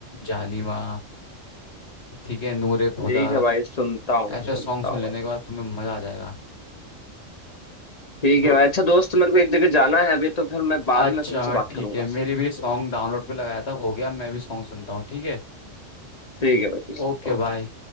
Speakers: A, on the left (about 55°); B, on the left (about 35°).
A: जालिमा ठीक है नूरे खुदा
B: ठीक है भाई सुनता हूँ मैं
A: ऐसे
B: सुनता
A: सॉन्ग सुन
B: हूँ
A: लेने
B: भाई
A: के बाद तुम्हें मजा आ जाएगा
B: ठीक
A: तो
B: है भाई अच्छा दोस्त मेरे को एक जगह जाना है अभी तो फिर मैं बाद
A: अच्छा
B: में तुमसे बात
A: ठीक
B: करूंगा
A: है मेरे भी सॉन्ग डाउनलोड पे लगाया था हो गया मैं भी सॉन्ग सुनता हूँ ठीक है
B: ठीक है भाई ठीक
A: Okay bye